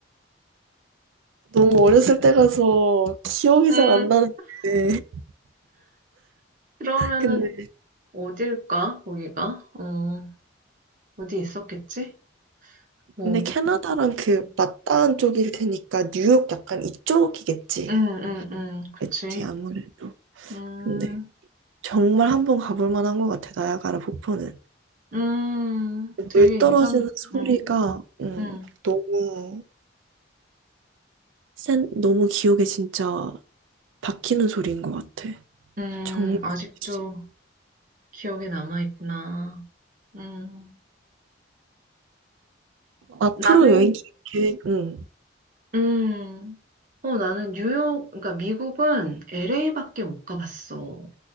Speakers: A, on the right (about 75°); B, on the right (about 40°).
A: 너무 어렸을 때 가서 기억이
B: 음.
A: 잘 안 나는데. <laughs>
B: 그러면은
A: 근데,
B: 어딜까? 거기가? 어, 어디 있었겠지? 뭐,
A: 근데 캐나다랑 그
B: 음,
A: 맞닿은 쪽일 테니까 뉴욕 약간 이쪽이겠지.
B: 음, 음, 음, 그치.
A: 그치, 아무래도.
B: 음,
A: 근데 정말 한 번 가볼 만한 것 같아, 나야가라 폭포는.
B: 음, 되게
A: 물 떨어지는
B: 인상 깊,
A: 소리가
B: 음,
A: 음,
B: 음,
A: 너무 센, 너무 기억에 진짜 박히는 소리인 것 같아.
B: 음,
A: 정말
B: 아직도
A: 재밌어.
B: 기억에 남아있구나. 음,
A: 앞으로
B: 나는,
A: 여행 계획, 응,
B: 음, 어, 나는 뉴욕, 그러니까 미국은 LA밖에 못 가봤어.